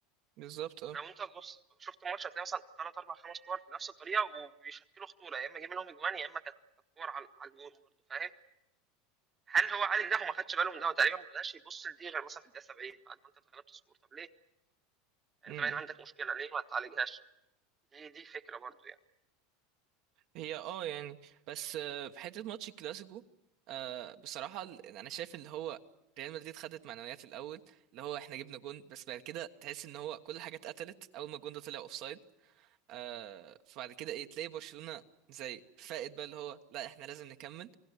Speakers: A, on the right; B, on the right.
A: بالظبط اه
B: لو انت بص شفت ماتش هتلاقي مثلا ثلاث اربع خمس كور بنفس الطريقه وبيشكلوا خطوره يا اما جايبين لهم اجوان يا اما كانت كانت كور على على الجون برضه فاهم هل هو عالج ده وما خدش باله من ده هو تقريبا ما بداش يبص لدي غير مثلا في الدقيقه 70 بعد ما انت اتغلبت سكور طب ليه يعني
A: اه
B: انت باين عندك مشكله ليه ما تعالجهاش دي دي فكره برضه يعني
A: هي اه يعني بس آه، في حته ماتش الكلاسيكو آه، بصراحه ال- يعني انا شايف اللي هو ريال مدريد خدت معنويات الاول اللي هو احنا جبنا جون بس بعد كده تحس ان هو كل حاجه اتقتلت اول ما الجون ده طلع اوفسايد آه، فبعد كده ايه تلاقي برشلونه زي فائد بقى اللي هو لا احنا لازم نكمل